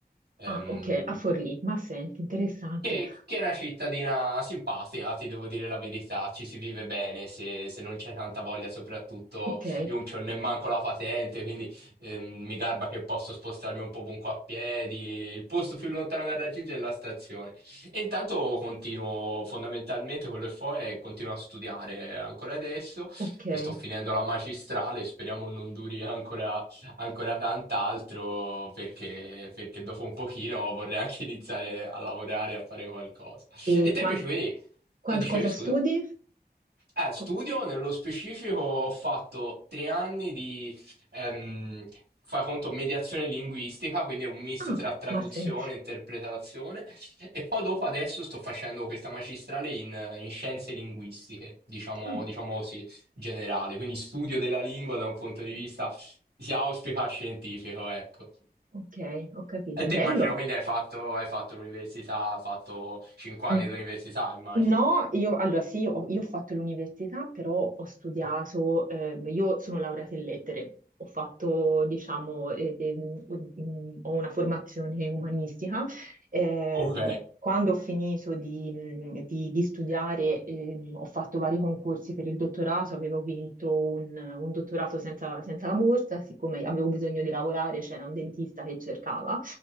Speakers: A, on the right; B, on the right.
A: Ehm,
B: Ah, ok, a Forlì. Ma senti, interessante.
A: che, che è una cittadina simpatica, ti devo dire la verità, ci si vive bene se, se non c'è tanta voglia, soprattutto
B: Ok,
A: io non c'ho nemmanco la patente, quindi ehm, mi garba che posso spostarmi un po' ovunque a piedi, il posto più lontano da raggiungere è la stazione. E intanto continuo fondamentalmente quello che fo è continuo a studiare ancora adesso,
B: ok.
A: sto finendo la magistrale, speriamo non duri ancora ancora tant'altro perché, perché dopo un pochino vorrei anche iniziare a lavorare, a fare qualcosa.
B: E
A: E te
B: quanto?
A: invece, quindi,
B: Quant-
A: eh, dicevi
B: cosa
A: scusa?
B: studi?
A: Eh, studio,
B: Co-
A: nello specifico ho fatto tre anni di, ehm, fai conto, mediazione linguistica, quindi è un misto
B: ah,
A: tra traduzione
B: ma senti.
A: e interpretazione, e poi dopo adesso sto facendo questa magistrale in, in scienze linguistiche, diciamo,
B: Ah,
A: diciamo così, generale, quindi studio della lingua da un punto di vista, si auspica, scientifico, ecco.
B: ok, ho capito.
A: E te
B: Bello.
A: immagino, quindi hai fatto, hai fatto l'università, hai fatto cinque anni
B: Mm.
A: di università, immagino.
B: No, io allora sì, ho- io ho fatto l'università, però ho studiato, ehm, io sono laureata in lettere, ho fatto, diciamo, eh, de- mm, ho una formazione umanistica. Ehm,
A: Ok.
B: quando ho finito di, mm, di- di studiare, ehm, ho fatto vari concorsi per il dottorato, avevo vinto un, un dottorato senza, senza la borsa, siccome avevo bisogno di lavorare, c'era un dentista che cercava.